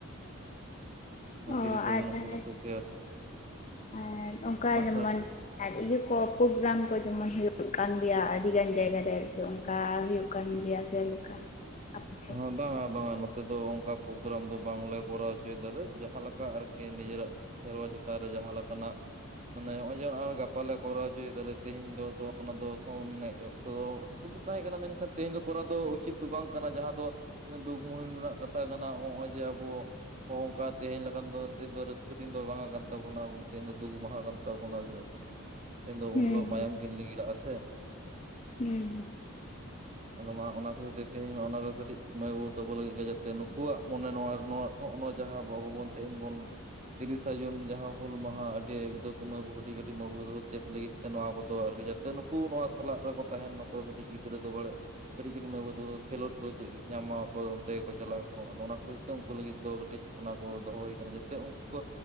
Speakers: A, on the left; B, on the right.
A: ᱚ
B: ᱛᱤᱨᱤᱥᱟ
A: ᱟᱨ
B: ᱡᱩᱱ
A: ᱛᱟᱦᱮᱞᱮ
B: ᱩᱯᱚᱞᱚᱠᱠᱷᱮ ᱜᱮ ᱟᱨᱠᱤ
A: ᱟᱨ ᱚᱝᱠᱟ
B: ᱟᱸᱜᱼᱥᱟᱨ
A: ᱡᱮᱢᱚᱱᱼᱼ ᱟᱨ ᱤᱭᱟᱹ ᱠᱚ ᱯᱳᱜᱨᱟᱢ ᱠᱚ ᱡᱮᱢᱚᱱ ᱦᱳᱭᱳᱜ ᱠᱟᱱ ᱜᱮᱭᱟ ᱟᱰᱤ ᱜᱟᱱ ᱡᱟᱭᱜᱟ ᱨᱮᱼᱼ ᱚᱱᱠᱟ ᱦᱳᱭᱳᱜ ᱠᱟᱱ ᱜᱮᱭᱟ ᱥᱮ ᱞᱮᱠᱟ᱾ ᱥᱮᱫ
B: ᱦᱚᱸ ᱵᱟᱝᱟ ᱵᱟᱝᱟ ᱱᱚᱼᱼ ᱛᱮᱫᱚ ᱚᱝᱠᱟ ᱯᱳᱜᱨᱟᱢ ᱫᱚ ᱵᱟᱝᱞᱮ ᱠᱚᱨᱟᱣ ᱦᱚᱪᱚᱭ ᱫᱟᱞᱮ ᱡᱟᱦᱟᱸ ᱞᱮᱠᱟ ᱟᱨᱠᱤ ᱱᱤᱡᱮ ᱨᱟᱜᱼᱼ ᱥᱮᱨᱣᱟ ᱪᱮᱛᱟᱱ ᱨᱮ ᱡᱟᱦᱟᱸ ᱞᱮᱠᱟ ᱱᱟᱜᱼᱼ ᱢᱟᱱᱮ ᱱᱚᱜᱼᱚᱭ ᱡᱮ ᱟᱨ ᱜᱟᱯᱟ ᱞᱮ ᱠᱚᱨᱟᱣ ᱦᱚᱪᱚᱭ ᱫᱟᱞᱮ ᱛᱮᱦᱮᱧ ᱫᱚ ᱚᱱᱟ ᱫᱚ ᱥᱚᱢ ᱢᱟᱱᱮ ᱚᱠᱛᱚ ᱫᱚᱼᱼ ᱫᱚ ᱛᱟᱦᱮᱸ ᱠᱟᱱᱟ ᱢᱮᱱᱠᱷᱟᱱ ᱛᱮᱦᱮᱧ ᱫᱚ ᱠᱚᱨᱟᱣ ᱫᱚ ᱩᱪᱤᱛ ᱫᱚ ᱵᱟᱝ ᱠᱟᱱᱟ ᱡᱟᱦᱟᱸᱼᱼ ᱫᱚ ᱛᱤᱱᱟᱹᱜ ᱫᱩ ᱢᱩᱦᱤᱢ ᱨᱮᱱᱟᱜ ᱠᱟᱛᱷᱟ ᱠᱟᱱᱟ ᱱᱚᱜᱼᱚᱭ ᱡᱮ ᱟᱵᱚ ᱦᱚᱸᱜ ᱚᱝᱠᱟ ᱛᱮᱦᱮᱧ ᱞᱮᱠᱟᱱ ᱫᱚ ᱛᱮᱦᱮᱧ ᱨᱟᱹᱥᱠᱟᱹ ᱫᱤᱱ ᱫᱚ ᱵᱟᱝ-ᱟ ᱠᱟᱱ ᱛᱟᱵᱚᱱᱟ ᱟᱵᱚ ᱫᱚ ᱛᱮᱦᱮᱧ ᱫᱚ ᱫᱩᱠ ᱢᱟᱦᱟ ᱠᱟᱱ ᱛᱟᱵᱚᱱᱟ᱾ ᱛᱮᱱ ᱫᱚ
A: ᱦᱩᱸ
B: ᱩᱱ ᱞᱳᱜ ᱢᱟᱭᱟᱢ ᱠᱤᱱ ᱞᱤᱸᱜᱤ ᱞᱟᱜᱼᱟ ᱥᱮᱼᱼ
A: ᱦᱚᱢᱸ ᱦᱚᱢᱸ
B: ᱟᱫᱚ ᱢᱟ ᱚᱱᱟ ᱠᱷᱟᱛᱤᱨ ᱛᱮᱦᱮᱧ ᱢᱟ ᱚᱱᱟᱼᱼ ᱠᱟᱹᱴᱤᱡ ᱢᱟᱹᱭ ᱵᱟᱹᱵᱩ ᱛᱟᱠᱚ ᱞᱟᱹᱜᱤᱫ ᱡᱟᱛᱮ ᱱᱩᱠᱩᱣᱟᱜ ᱢᱚᱱᱮ ᱱᱚᱣᱟ ᱱᱚᱣᱟ ᱱᱚᱜ-ᱚ ᱱᱚᱣᱟ ᱡᱟᱦᱟᱸ ᱟᱵᱚ ᱵᱚᱱ ᱛᱮᱦᱮᱧ ᱵᱚᱱ ᱼᱼ ᱛᱤᱨᱤᱥᱟ ᱡᱩᱱ ᱡᱟᱦᱟᱸ ᱦᱩᱞ ᱢᱟᱦᱟ ᱟᱹᱰᱤ <inaudible> ᱠᱟᱹᱴᱤᱡ ᱠᱟᱹᱴᱤᱡ ᱵᱟᱩ ᱪᱮᱫ ᱞᱟᱹᱜᱤᱫ ᱛᱮ ᱱᱚᱣᱟ ᱠᱚᱫᱚ ᱡᱟᱠᱼᱼ ᱱᱩᱠᱩ ᱱᱚᱣᱟ ᱥᱟᱞᱟᱜ ᱨᱮᱠᱚ ᱛᱟᱦᱮᱱ ᱢᱟᱠᱚ ᱠᱟᱹᱴᱤᱡ ᱜᱤᱫᱽᱨᱟᱹ ᱫᱚ ᱵᱟᱲᱮ ᱠᱟᱹᱴᱤᱡ ᱠᱟᱹᱴᱤᱡ ᱢᱟᱹᱭ ᱵᱟᱹᱵᱩ ᱛᱟᱠᱚ ᱠᱷᱮᱞᱳᱰᱼᱼ ᱩᱱᱠᱩ ᱪᱮᱫ ᱧᱟᱢᱟ ᱟᱠᱚ ᱚᱱᱛᱮ ᱠᱚ ᱪᱟᱞᱟᱜ ᱟᱠᱚ ᱟᱫᱚ ᱚᱱᱟ ᱠᱷᱟᱹᱛᱤᱨ ᱛᱮ ᱩᱱᱠᱩ ᱞᱟᱹᱜᱤᱫ ᱫᱚ ᱠᱟᱹᱴᱤᱡ ᱚᱱᱟ ᱠᱚ ᱫᱚᱦᱚ ᱦᱳᱭ ᱠᱟᱱᱟ ᱡᱟᱛᱮᱼᱼ ᱡᱟᱛᱮ ᱩᱱᱠᱩ